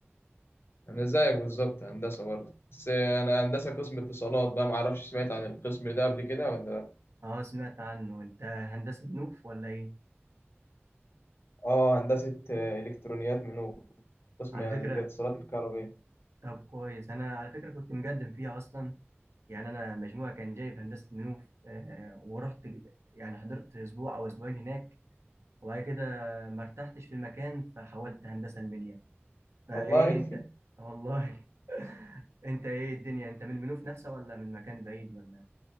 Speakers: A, on the left (about 60°); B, on the right (about 75°).
A: أنا زيك بالظبط هندسة برضه بس أنا هندسة قسم اتصالات بقى معرفش سمعت عن القسم ده قبل كده ولا لأ؟
B: اه سمعت عنه انت هندسه بنوف ولا ايه
A: آه هندسة آه، إلكترونيات منوب قسم
B: على
A: يعني
B: فكره
A: الاتصالات الكهربائية
B: طب كويس انا على فكره كنت مقدم فيها اصلا يعني انا مجموعه كان جايب هندسه بنوف آه ورحت يعني حضرت اسبوع او اسبوعين هناك وبعد كده ما ارتحتش في المكان فحولت هندسه المنيا فايه
A: والله
B: انت
A: <laughs>
B: والله انت ايه الدنيا انت من المنوف نفسه ولا من مكان بعيد ولا